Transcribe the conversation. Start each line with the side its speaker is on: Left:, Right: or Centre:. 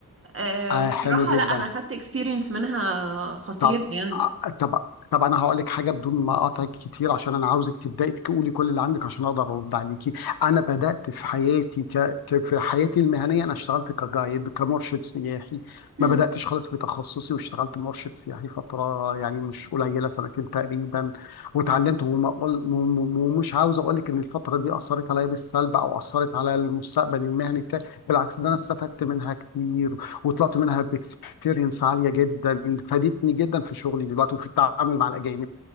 Right: أه
Left: آه
Right: وبصراحه
Left: حلو جدا
Right: لا انا اخدت اكسبيرينس منها خطير
Left: طب
Right: يعني
Left: طب طب انا هقول لك حاجه بدون ما اقاطعك كتير عشان انا عاوزك تبداي تقولي كل اللي عندك عشان اقدر ارد عليكي انا بدات في حياتي ك... ك... في حياتي المهنيه انا اشتغلت كجايد كمرشد سياحي
Right: مم.
Left: ما بداتش خالص في تخصصي واشتغلت مرشد سياحي فتره يعني مش قليله سنتين تقريبا واتعلمت وما أقول... وم- وم- ومش عاوز اقول لك ان الفتره دي اثرت عليا بالسلب او اثرت على المستقبل المهني بتاعي بالعكس ده انا استفدت منها كتير وطلعت منها باكسبيرينس عاليه جدا فادتني جدا في شغلي دلوقتي وفي التعامل مع الاجانب